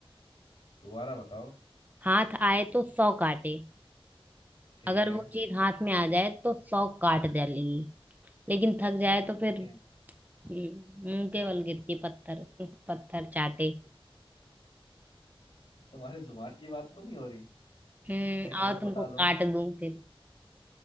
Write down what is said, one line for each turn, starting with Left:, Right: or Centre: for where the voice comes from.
Left: दोबारा बताओ
Right: हाथ आए तो सौ काटे
Left: ठीक
Right: अगर
Left: है
Right: वो चीज हाथ में आ जाए तो सौ काट डालेगी लेकिन थक जाए तो फिर
Left: ठीक है
Right: हम्म, मुंह के बल गिरती है पत्थर पत्थर चाटे
Left: तुम्हारी जुबान की बात तो नहीं हो रही
Right: हम्म
Left: देख लो
Right: आओ तुमको
Left: बता दो
Right: काट दूं फिर